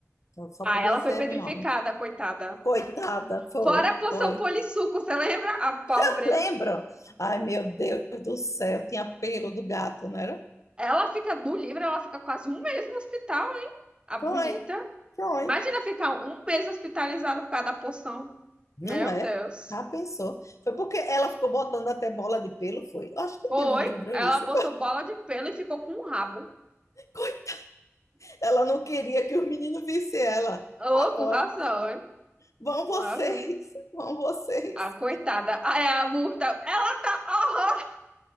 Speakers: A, on the left (about 75°); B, on the right (about 20°).
A: eu só
B: Aí
A: podia
B: ela foi
A: ser
B: petrificada,
A: Hermione.
B: coitada.
A: Coitada, foi,
B: Fora a poção
A: foi.
B: polissuco, você lembra? A pobre.
A: <laughs> Lembram? Ai, meu Deus do céu, tinha pelo do gato, não era?
B: Ela fica no livro, ela fica quase um mês no hospital, hein? A bonita.
A: Foi, foi.
B: Imagina ficar um mês hospitalizada por causa da poção.
A: Não
B: Meu
A: é?
B: Deus.
A: Já pensou? Foi porque ela ficou botando até bola de pelo, foi. Eu Acho que
B: Foi.
A: tinha no livro
B: Ela
A: isso.
B: botou bola de pelo e ficou com um rabo.
A: <laughs> Ela não queria que os meninos vissem ela.
B: Ô,
A: A pobre.
B: com razão, hein?
A: Vão vocês,
B: Com razão.
A: vão vocês.
B: A coitada. Ah, é a Murta. Ela tá. horror-